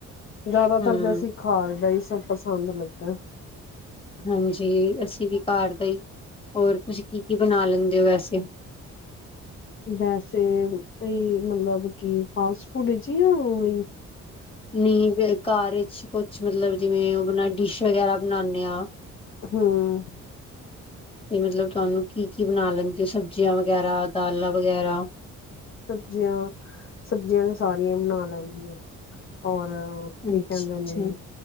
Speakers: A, on the left; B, on the left.
A: ਜ਼ਿਆਦਾਤਰ
B: ਹੂੰ,
A: ਦੇਸੀ ਖਾ ਦਾ ਹੀ ਤੁਹਾਨੂੰ ਪਸੰਦ ਲੱਗਦਾ
B: ਹਾਂਜੀ ਅਸੀਂ ਵੀ ਘਰ ਦਾ ਹੀ ਹੋਰ ਤੁਸੀਂ ਕੀ ਕੀ ਬਣਾ ਲੈਂਦੇ ਹੋ ਵੈਸੇ
A: ਵੈਸੇ ਬਈ ਮਤਲਬ ਕਿ ਫਾਸਟ ਫੂਡ ਜੀ ਉਹ
B: ਨਹੀਂ ਘਰ ਵਿੱਚ ਕੁਛ ਮਤਲਬ ਜਿਵੇਂ ਉਹ ਬਣਾ ਡਿਸ਼ ਵਗੈਰਾ ਬਣਾਉਦੇ ਆ
A: ਹਾਂ
B: ਤੇ ਮਤਲਬ ਤੁਹਾਨੂੰ ਕੀ ਕੀ ਬਣਾ ਲੈਂਦੇ ਹੋ ਸਬਜ਼ੀਆਂ ਵਗੈਰਾ ਦਾਲਾਂ ਵਗੈਰਾ?
A: ਸਬਜ਼ੀਆਂ ਸਬਜ਼ੀਆਂ ਦਾ ਸਾਗ ਨ ਬਣਾ ਲੈਂਦੀ ਆ ਔਰ
B: ਅੱਛਾ
A: ਕੀ ਕਹਿੰਦੇ
B: ਅੱਛਾ,
A: ਨੇ